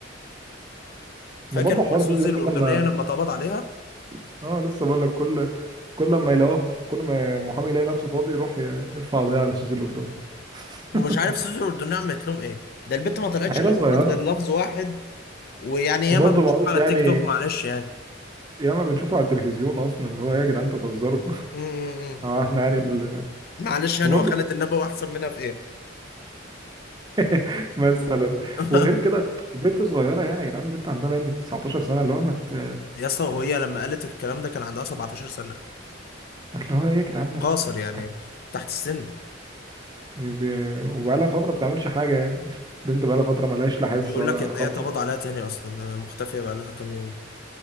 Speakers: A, on the left; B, on the right.
A: فاكر
B: ما برضه
A: حوار
B: حوار
A: سوزي
B: سوزي ده
A: الاردنيه
B: كل ما
A: لما اتقبض عليها
B: <laughs> اه لسه بقول لك كل كل ما يلاقوها في- كل ما محامي يلاقي نفسه فاضي يروح ي- يرفع قضيه على سوزي الاردنيه
A: ومش
B: <laughs>
A: عارف سوزي الاردنيه عملت لهم ايه ده البت ما طلعتش
B: عيله
A: غير
B: صغيره
A: قالت غير لفظ واحد ويعني ياما
B: وبرضه
A: بنشوف
B: ما هوش
A: على
B: يعني
A: تيك توك معلش يعني
B: ياما بنشوفه على التلفزيون اصلا اللي هو إيه يا جدعان انتوا بتهزروا
A: امم
B: اه احنا يعني ال...
A: معلش يعني
B: فبرضه
A: هو خالد النبوي احسن منها في ايه
B: <laughs> مثلا
A: <laughs>
B: وغير كده البنت صغيره يعني يا جدعان البنت عندها باين 19 سنه اللي هو ما مت...
A: يا اسطى وهي لما قالت الكلام ده كان عندها 17 سنة
B: اللي هو ايه يا جدعان ما
A: قاصر
B: مت...
A: يعني
B: مت...
A: تحت السن
B: بقالها فتره ما بتعملش حاجه يعني <laughs> بنت بقالها فتره ما لهاش لا حس
A: بيقول
B: ولا
A: لك ان
B: خبر
A: هي اتقبض عليها تاني اصلا مختفية بقى لها كام يوم